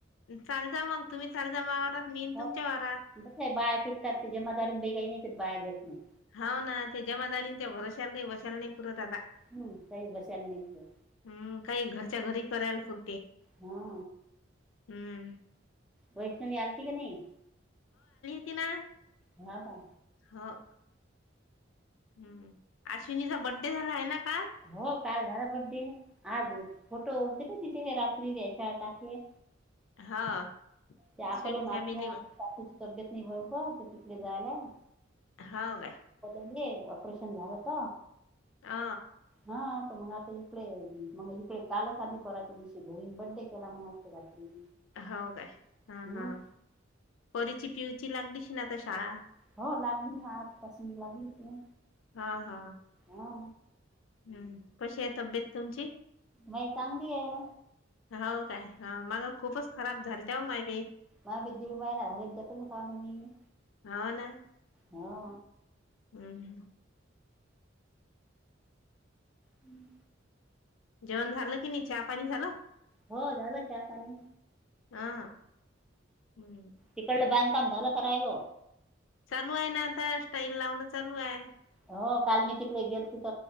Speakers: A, on the left; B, in the centre.
A: चाल जा मग तुम्ही चाल जा मा वावरात मी येईन
B: हो
A: तुमच्या
B: कस्याही
A: वावरात
B: बाया फिटतात ते जमादारीन काही नाही बाया देत नाही
A: हा ना ते जमादारींच्या भरवस्यावर काही बशाले नाही पुरत आता
B: हम्म काही बसायला नाही देत.
A: हम् काही घरच्या घरी करायला पुरते
B: हा
A: हम्म
B: वैष्णवी आलती कि नाही
A: ती ना
B: हा हा
A: ह हम्म अश्विनीचा बड्डे झाला आहे ना काल
B: हो काल दरा बड्डे आजच फोटो त रात्री त्या याचार टाकेल
A: हा
B: ते अकोल्याहून
A: स्वीट फॅमिली हो
B: ची तब्येत नाही बोरोबरतिकडे जायल आहे
A: हा काय
B: ऑपरेशन झालं त
A: आ
B: हा मग आता इकडे मग इकडे कालच आली परवाच्या दिवशी घरी बड्डे केला मग आज रात्री
A: हो काय हा
B: हम्म
A: हा परीची पिऊची लागलीअशील आता शाळा
B: हो लागली ना आजपासून लागली क
A: हा हा
B: हो
A: हम्म कशी आहे तब्येत तुमची
B: मई चांगली आहे
A: हो काय माग खूपच खराब झालत्या तव माय बाई
B: माग मी दीड महिना झाली त्यातच हाव मी
A: हो ना
B: हो
A: हम्म हम
B: हम्
A: जेवण झालं की नाही चहा पाणी झालं
B: हो झालं चाहा पाणी
A: हा हम्म
B: तिकडलं बांध काम झालं का राहील
A: चालू आहे ना आता स्टाईल लावणं चालू आहे
B: हो काल मी तिकडे गेलती त